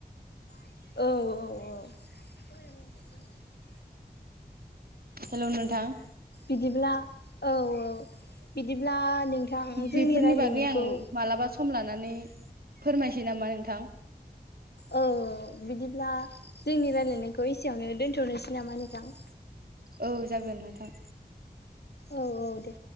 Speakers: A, on the left; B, on the right.
A: औ औ औ।
B: हेल' नोंथां
A: बिदिब्ला औ औ बिदिब्ला नोंथां जोंनि
B: बेफोरनि
A: राय्लायनायखौ
B: बागै आं मालाबा सम लानानै फोरमायनोसै नामा नोंथां?
A: औ बिदिब्ला जोंनि रायलायनाय बेखौ एसेयावनो दोन्थ'नोसै नामा नोंथां?
B: औ जागोन नोंथां।
A: औ औ दे।